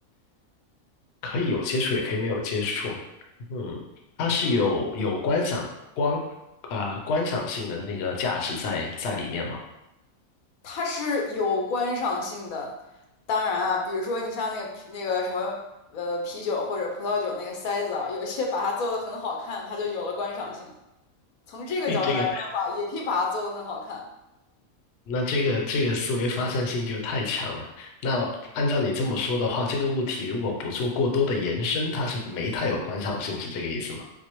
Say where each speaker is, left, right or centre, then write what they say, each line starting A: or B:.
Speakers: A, on the left; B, on the left.
A: 可以有接触，也可以没有接触。嗯，它是有有观赏光呃观赏性的那个价值在在里面嘛？
B: 它是有观赏性的。当然啊，比如说你像那个啤那个什么呃啤酒或者葡萄酒那个塞子啊，有些把它做的很好看，它就有了观赏性。从这个角度来说的话，
A: 嘿这个
B: 也可以把它做的很好看。
A: <laughs>，那这个这个思维发散性就太强了。那按照你这么说的话，这个物体如果不做过多的延伸，它是没太有观赏性，是这个意思吗？